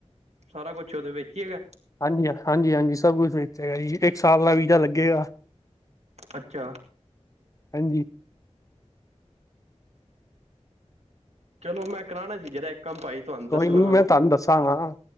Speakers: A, on the right (about 70°); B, on the left (about 30°).
A: ਸਾਰਾ ਕੁਛ ਉਦੇ ਵਿਚ ਈ ਹੈਗਾ।
B: ਹਾਂਜੀ ਹਾਂਜੀ ਹਾਂਜੀ ਸਭ ਕੁਛ ਵੇਚੇਗਾ ਜੀ ਇੱਕ ਸਾਲ ਦਾ ਵੀਜ਼ਾ ਲੱਗੇਗਾ
A: ਅੱਛਾ।
B: ਹਾਂਜੀ।
A: ਚਲੋ ਮੈਂ ਕਰਾਣਾ ਸੀ ਜਿਹੜਾ ਇੱਕ ਕੰਮ ਭਾਈ ਤੁਹਾਨੂੰ
B: ਕੋਈ
A: ਦੱਸਣਾਗਾ
B: ਨੀ ਮੈਂ ਧਾ ਦਸਾਗਾ